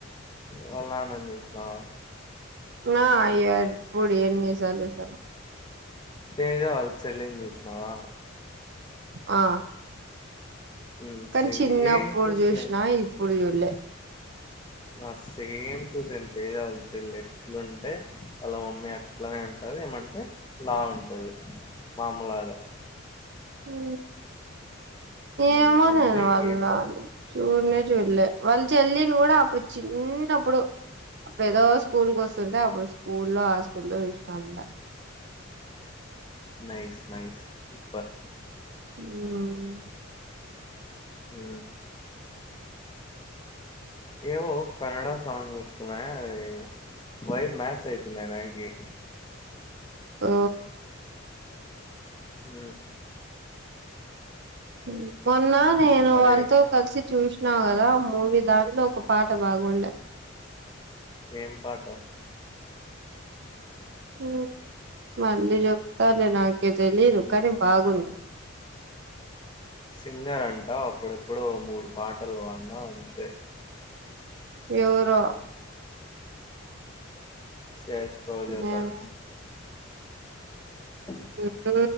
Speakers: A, on the left; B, on the right.
A: వాళ్ళ్నాని జూస్నావా
B: నా ఎబ్బుడు ఎన్ని సార్లు జూశానో
A: తేజా వాళ్ళ్ చెళ్ళిన్ జూష్నావా
B: ఆ
A: ఉమ్,
B: కానీ
A: సేమ్
B: చిన్నప్పుడు
A: టు
B: జూష్నా
A: సేమ్
B: ఇప్పుడు జూల్లే
A: ఆ సేమ్ టూ సేమ్ తేజ వాళ్ళ్ చెళ్ళెట్లుంటే ఎట్లుంటే వాళ్ళ మమ్మీ అట్లనే ఉంటది ఏమంటే లావుంటది మా అమ్మ లాగ
B: ఊ
A: ఉమ్
B: ఏమో
A: అంతే
B: నేన్ వాళ్ళ్
A: ఇంకేం
B: డాడి చూన్నే చూల్యా వాళ్ళ్ చెల్లిని గూడా అప్పుడు చిన్నప్పుడు అప్పుడేదో స్కూల్కొస్తుంటే అబ్బుడు స్కూల్లో ఆ స్కూల్లో జూష్నా అంద
A: నైస్ నైస్ సూపర్
B: ఊ
A: ఊ
B: <inaudible>
A: ఏవో కన్నడ సాంగ్ వస్తున్నాయా అవి వైర్ మ్యాచ్ అయితున్నాయ్ నాకి
B: ఓ
A: ఉ
B: ఉ మొన్నా నేను
A: అరే
B: వాళ్తో కలిసి చూష్నా గదా మూవీ దాంట్లో ఒక పాట బాగుండ
A: ఏం పాటొ
B: ఉ మళ్ళీ జొప్తా లే నాకే తెలీదు కానీ బాగుంది
A: సింగర్ అంటావ్ అప్పుడెప్పుడో మూడు పాటలు బాన్నావ్ అంతే
B: ఎవ్ రో
A: శర్ పోజ
B: నేను
A: కచ్ <unintelligible>
B: ఉ ఊ